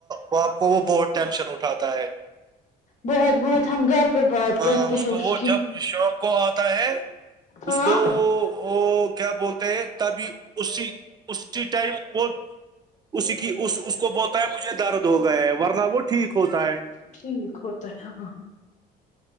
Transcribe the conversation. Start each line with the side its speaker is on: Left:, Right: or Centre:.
Right: باپ کو وہ بہت ٹینشن اٹھاتا ہے
Left: بہت بہت ہم گھر پہ بات
Right: ہاں
Left: کرتے
Right: اس
Left: ہیں
Right: کو وہ
Left: کی
Right: جب شام کو آتا ہے
Left: ہاں
Right: اس کو وہ کیا بولتے ہیں تبھی اسی اسی ٹائم وہ اسی کی اس اس کو بولتا ہے مجھے دار درد ہو گئے ورنہ وہ ٹھیک ہوتا ہے
Left: ٹھیک ہوتا ہے ہاں